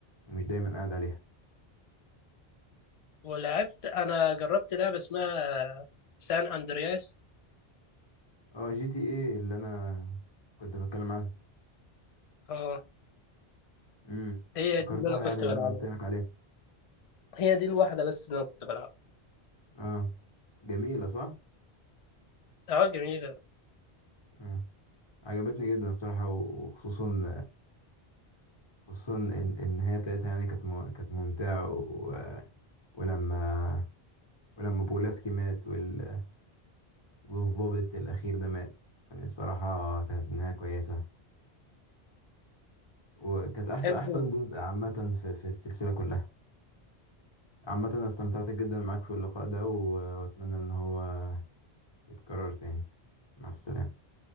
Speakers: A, on the left (about 30°); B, on the left (about 55°).
A: ومش دايما قاعد عليها
B: ولعبت أنا جربت لعبة اسمها سان أندرياس
A: اه جي تي ايه اللي انا كنت بتكلم عنها
B: اه
A: امم
B: هي
A: افتكرتها
B: دي اللي أنا كنت
A: يعني لما
B: بلعبها
A: انا قلت لك عليها
B: هي دي الواحدة بس اللي أنا كنت بلعبها
A: اه جميله صح
B: اه جميلة
A: آه. عجبتني جدا الصراحة وخصوصا خصوصا إن- النهاية بتاعتها يعني كانت مم- كانت ممتعة و... ولما ولما بولاسكي مات وال... والضابط الأخير ده مات يعني الصراحة كانت النهاية كويسة وكانت أحسن
B: تحب
A: أحسن جزء عامة في... في السلسلة كلها عامة أنا استمتعت جدا معاك في اللقاء ده و... وأتمنى إن هو يتكرر تاني مع السلامة